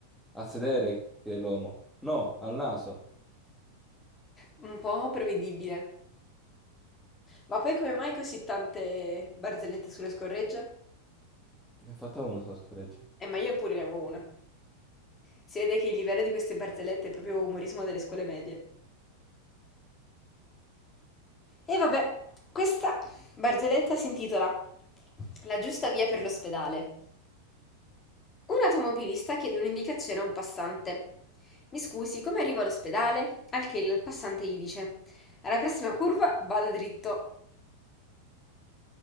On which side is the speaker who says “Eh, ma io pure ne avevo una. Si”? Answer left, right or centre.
Left